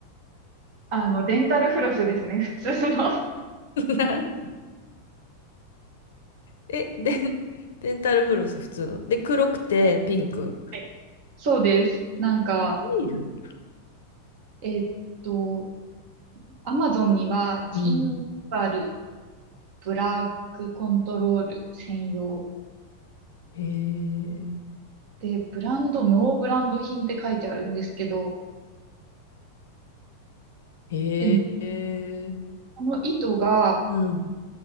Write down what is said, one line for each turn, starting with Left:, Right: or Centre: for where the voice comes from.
Right: あの、デンタルフロスですね、<laughs> 普通の。<laughs> は
Left: なんえ、で、デンタルフロス普通の。で、黒くてピンク
Right: いそうです。なんか、
Left: ビール
Right: えーっと、アマゾンには、ジーンバル
Left: うん。
Right: ブラックコントロール専用
Left: へえ。
Right: で、ブランド、ノーブランド品って書いてあるんですけど、
Left: へえ。
Right: でも、この糸が、
Left: うん。